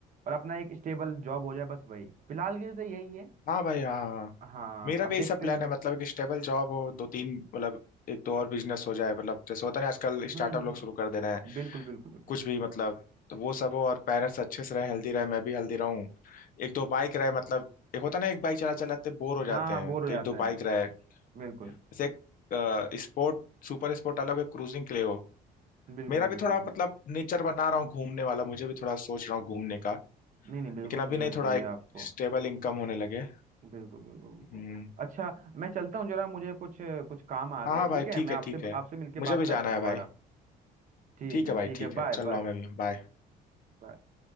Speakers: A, on the right; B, on the left.
A: और अपना एक स्टेबल जॉब हो जाए बस वही फिलहाल के लिए तो यही है
B: हाँ भाई हाँ हाँ हाँ।
A: हाँ
B: मेरा
A: अब
B: भी यही
A: देखते
B: सब प्लान
A: हैं
B: है मतलब एक स्टेबल जॉब हो दो तीन मतलब एक दो और बिजनेस हो जाए मतलब जैसे होता है ना आजकल स्टार्टअप
A: हम्म हम्म
B: लोग शुरू कर दे रहे हैं
A: बिल्कुल बिल्कुल बिल्कुल
B: कुछ भी मतलब तो वो सब हो और पेरेंट्स अच्छे से रहे हेल्दी रहे मैं भी हेल्दी रहूं एक दो बाइक रहे मतलब एक होता है ना एक बाइक चला चलाते बोर हो
A: हाँ
B: जाते
A: हाँ
B: हैं
A: बोर हो
B: तो
A: जाता
B: एक दो बाइक
A: है
B: रहे
A: बिल्कुल
B: जैसे एक स्पोर्ट सुपर स्पोर्ट अलग है क्रूजिंग के लिए हो
A: बिल्कुल
B: मेरा भी
A: बिल्कुल
B: थोड़ा
A: बिल्कुल
B: मतलब नेचर बना रहा हूँ घूमने वाला मुझे भी थोड़ा सोच रहा हूँ घूमने का
A: नहीं नहीं
B: लेकिन
A: बिल्कुल
B: अभी
A: घूमना
B: नहीं थोड़ा
A: चाहिए
B: एक
A: आपको
B: स्टेबल इनकम होने लगे
A: बिल्कुल बिल्कुल बिल्कुल
B: हम्म
A: अच्छा मैं चलता हूँ जरा मुझे कुछ कुछ काम आ गया
B: हाँ हाँ
A: है, ठीक
B: भाई
A: है
B: ठीक
A: मैं
B: है
A: आपसे
B: ठीक है
A: आपसे मिलके
B: मुझे
A: बात
B: भी
A: करता
B: जाना
A: हूँ
B: है
A: दोबारा
B: भाई
A: ठीक
B: ठीक
A: है
B: है भाई
A: ठीक
B: ठीक
A: है
B: है
A: Bye
B: चल रहा हूँ मैं भी बाय
A: bye